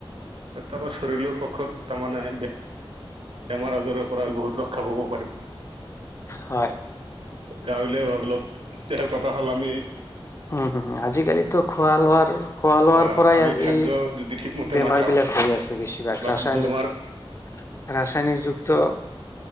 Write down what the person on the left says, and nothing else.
হয়।
উম, হু আজিকালিতো খোৱা লোৱাৰ। খোৱা লোৱাৰ
পৰাই
আজি
বেমাৰবিলাক
হৈ আছে বেছিভাগ
ৰাসায়নিক।
ৰাসায়নিক যুক্ত